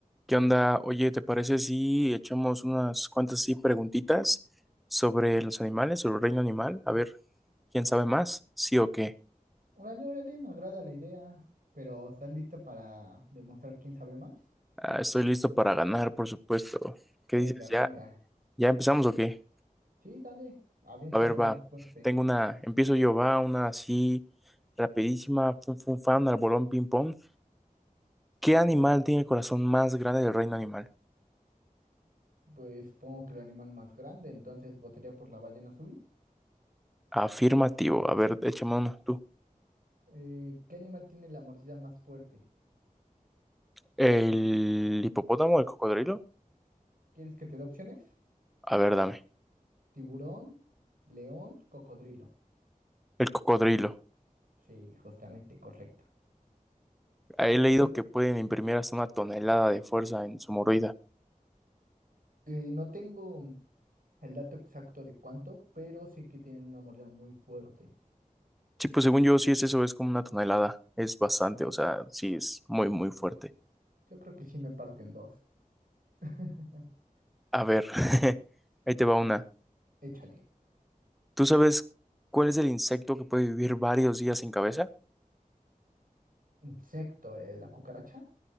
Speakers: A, in the centre; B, on the right.
A: ¿Qué onda? Oye, ¿te parece si echamos unas cuantas sí preguntitas sobre los animales, sobre el reino animal? A ver, ¿quién sabe más? ¿Sí o qué?
B: Órale, órale, me agrada la idea, pero ¿estás listo para demostrar quién sabe más?
A: Ah, estoy listo para ganar, por supuesto. ¿Qué
B: Venga,
A: dices?
B: venga.
A: ¿Ya, ya empezamos o qué?
B: Sí, dale, aviéntame
A: A ver,
B: la
A: va.
B: más fuerte.
A: Tengo una, empiezo yo, va, una así rapidísima, fun fun fan, al bolón ping pong. ¿Qué animal
B: Dale.
A: tiene el corazón más grande del reino animal?
B: Pues supongo que el animal más grande, entonces votaría por la ballena azul.
A: Afirmativo. A ver, échame uno tú.
B: Eh, ¿qué animal tiene la mordida más fuerte?
A: ¿El hipopótamo, el cocodrilo?
B: ¿Quieres que te dé opciones?
A: A ver, dame.
B: Tiburón, león, cocodrilo.
A: El cocodrilo.
B: Sí, justamente, correcto.
A: He
B: Ok.
A: leído
B: Eh,
A: que pueden imprimir hasta una tonelada de fuerza en su mordida.
B: no tengo el dato exacto de cuánto, pero sé que tienen una mordida muy fuerte.
A: Sí, pues según yo, sí es eso, es como una tonelada. Es bastante, o sea, sí es muy, muy fuerte.
B: Yo creo que sí me parten dos. <laughs>
A: A ver, <laughs> ahí te va una.
B: Échale.
A: ¿Tú sabes cuál es el insecto que puede vivir varios días sin cabeza?
B: Insecto, eh, la cucaracha.